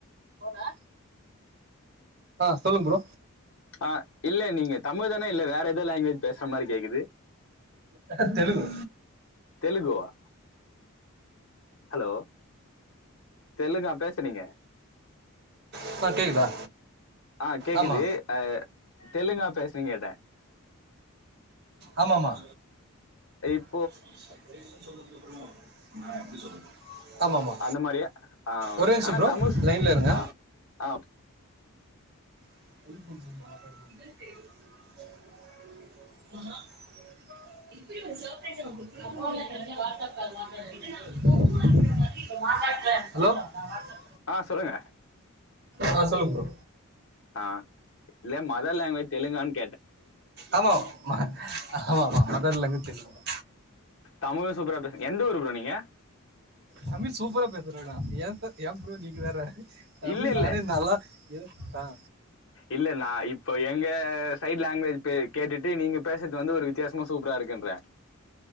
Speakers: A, on the right; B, on the left.
A: போனா. ஆஹ சொல்லுங்க ப்ரோ.
B: ஆஹ இல்ல நீங்க தமிழ்தான இல்ல வேற ஏதோ லாங்குவேஜ் பேசுற மாரி கேக்குது.
A: அஹ தெலுங்கு.
B: தெலுங்குவா ஹலோ. தெலுங்கா பேசுனீங்க.
A: இப்ப கேக்குதா.
B: ஆஹ கேக்குது
A: ஆமா
B: அ தெலுங்கா பேஸ். கொஸ்டிங்கேட்ட.
A: ஆமாமா.
B: ஏப்.
A: <unintelligible> ஆமாமா
B: அந்த மாரியா ஆ
A: ஒரே
B: ஓகே
A: நிம்ஷோ
B: ஆனா
A: ப்ரோ
B: தமிழ் ஸ்-
A: லைன்ல இருங்க.
B: ஆ ஆ ஓகே
A: <unintelligible> <unintelligible>
B: ஆஹ சொல்லுங்க.
A: ஆஹ சொல்லுங் ப்ரோ.
B: ஆஹ இல்ல மதர் லாங்குவேஜ் தெலுங்கான்.
A: ஆமா ஆமா ஆமா மதர்லேங்குவேஜ் தெலுங்குதா.
B: தமிழே சூப்பரா பேசுரிங்க எந்த ஊர் ப்ரோ நீங்க.
A: தமிழ் சூப்பரா பேசுறனா ஏ சார் ஏ ப்ரோ நீங்க வேற. தமிழ்
B: இல்ல இல்ல
A: நானே நல்லா. ல்ல ஆஹ.
B: இல்ல நா இப்போ எங்க சைட் லாங்குவேஜ் பே கேட்டுட்டு நீங்க பேசுறது வந்து ஒரு வித்தியாசமா சூப்பரா இருக்குன்றேன்